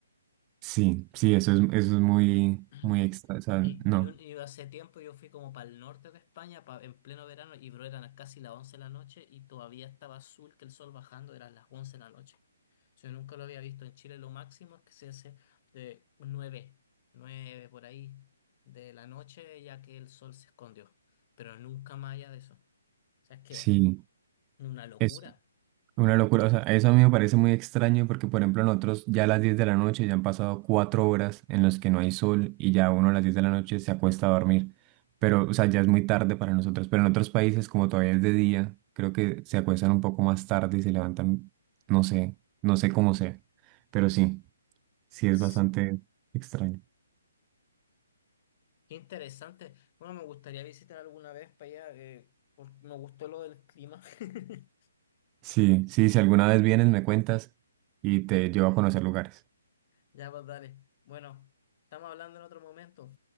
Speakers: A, on the right (about 20°); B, on the left (about 35°).
A: Sí, sí, eso es, eso es muy,
B: <clears throat>
A: muy extra. o sea,
B: Y,
A: no,
B: y, un- y hace tiempo yo fui como para el norte de España pa- en pleno verano y bro, eran casi las 11 de la noche y todavía estaba azul que el sol bajando, eran las 11 de la noche. Yo nunca lo había visto en Chile, lo máximo es que se hace de un 9 9 por ahí de la noche ya que el sol se escondió, pero nunca más allá de eso. O sea, es que
A: sí.
B: una locura.
A: Es una locura, o sea, eso a mí me parece muy extraño porque, por ejemplo, nosotros ya a las 10 de la noche ya han pasado cuatro horas en las que no hay sol y ya uno a las 10 de la noche se acuesta a dormir, pero, o sea, ya es muy tarde para nosotros, pero en otros países como todavía es de día, creo que se acuestan un poco más tarde y se levantan, no sé, no sé cómo sea, pero sí, sí es
B: Mm.
A: bastante extraño.
B: Qué interesante. Bueno, me gustaría visitar alguna vez para allá, eh, por- me gustó lo del clima. <laughs>
A: Sí, sí, si alguna vez vienes me cuentas y te llevo a conocer lugares.
B: Ya, pues dale. Bueno, estamos hablando en otro momento.